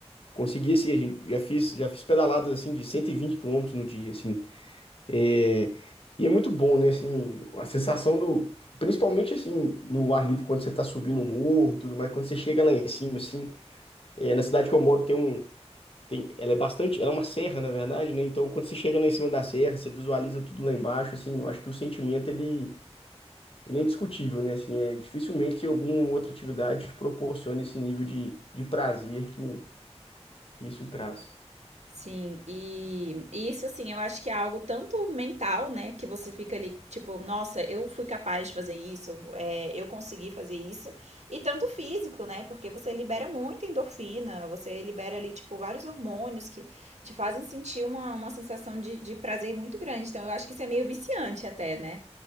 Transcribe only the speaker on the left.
Consegui, assim, a gente- já fiz, já fiz pedaladas, assim, de 120 quilômetros no dia, assim. É, e é muito bom, né, assim, a sensação do... Principalmente, assim, no ar livre, quando você tá subindo um morro e tudo mais, quando você chega lá em cima, assim... é, na cidade que eu moro tem um... Tem, ela é bastante... Ela é uma serra, na verdade, né? Então, quando você chega lá em cima da serra, você visualiza tudo lá embaixo, assim, eu acho que o sentimento, ele... Ele é indiscutível, né? Assim, é, dificilmente alguma outra atividade proporciona esse nível de, de prazer que, que isso traz.